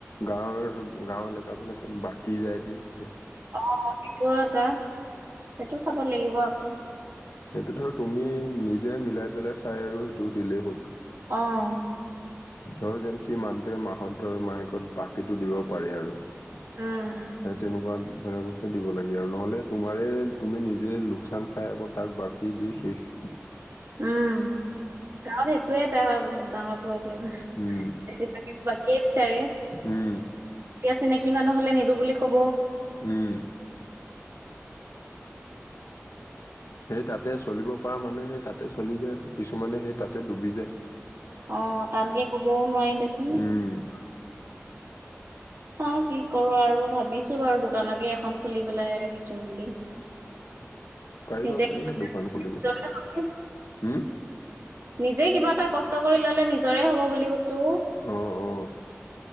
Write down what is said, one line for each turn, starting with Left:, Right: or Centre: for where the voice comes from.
Left: গাঁৱৰ গাঁৱৰ এলেকাবিলাকত বাকী যায় ঢেৰ
Right: অ সেইটোও এটা, সেইটো চাব লাগিব আকৌ।
Left: সেইটো ধৰ তুমি নিজে মিলাই পেলাই চাই আৰু সেইটো দিলেই হ'ল।
Right: আহ
Left: আৰু যেন সি মানুটোৱে মাহত ধৰ মাহেকত বাকীটো দিব পাৰে আৰু। হে
Right: উম
Left: তেনেকুৱা, বেলেগকহে দিব লাগে আৰু নহ'লে তোমাৰে তুমি নিজে লোকচান খাই আকৌ তাক বাকী দি শেষ <inaudible>
Right: উম গাঁৱত সেইটোয়ে, এ ডাঙৰ প্ৰব্লেম,
Left: উম,
Right: বেছি ভাগে বাকীয়ে বিচাৰে।
Left: উম,
Right: এতিয়া চিনাকি মানুহ হলে নিদো বুলি ক'ব
Left: উম সেই তাতে চলিব পৰা মানুহে সেই তাতে চলি যায়। কিছুমানে সেই তাতে ডুবি যায়।
Right: অ টানকে কবও নোৱাৰি দেচোন
Left: উম <inaudible>
Right: চাও কি কৰো আৰু ভাবিছো বাৰু দোকানকে এখন খুলি পেলাই থাকিম বুলি।
Left: পাৰিবা
Right: নিজে
Left: পাৰিবা দোকান খুলিব।
Right: নিজৰে হলে
Left: হম
Right: নিজে কিবা এটা কষ্ট কৰি ললে নিজৰে হব বুলি কৈছো
Left: অ অ